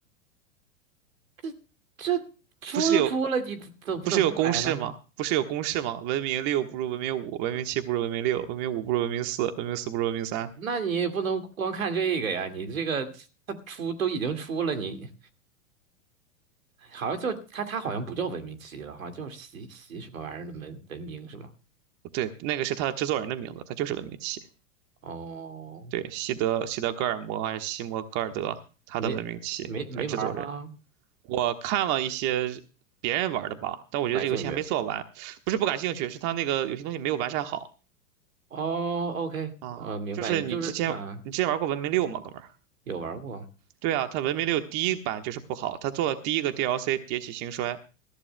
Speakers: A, on the right; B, on the right.
A: 这这出都出了，
B: 不是有
A: 你怎怎么能不买呢？
B: 不是有公式吗？不是有公式吗？文明六不如文明五，文明七不如文明六，文明五不如文明四，文明四不如文明三。
A: 那你也不能光看这个呀。你这个它出都已经出了，你好像就它它好像不叫《文明七》了，好像叫习习什么玩意儿的文文明是吗？
B: 对，那个是他的制作人的名字，他就是文明七。
A: 哦，
B: 对，西德西德格尔摩还是西摩戈尔德，他的文明七，
A: 没没没玩儿吗？
B: 他是制作人。我看了一些别人玩的吧，但我觉得这游戏还没做完，
A: 不感兴趣。
B: 不是不感兴趣，是他那个有些东西没有完善好
A: 哦，OK，
B: 啊。
A: 呃，明白，
B: 就是你之前你之前玩过《文明六》吗，
A: 你就是嗯，
B: 哥们儿？
A: 有玩过，
B: 对啊，他《文明六》第一版就是不好，他做了第一个 DLC《迭起兴衰》